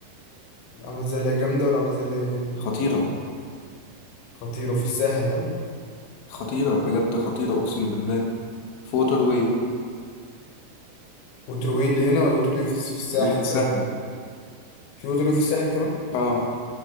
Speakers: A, on the left; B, on the left.
A: عاملة زي اللي هي جامدة ولا عاملة زي اللي هي ايه
B: خطيرة
A: خطيرة في الساحل ها
B: خطيرة بجد خطيرة اقسم بالله في ووتر واي
A: وتروي اللي هنا ولا وتروي في في الساحل
B: اللي في الساحل
A: ده ولا في وتروي في الساحل كمان
B: اه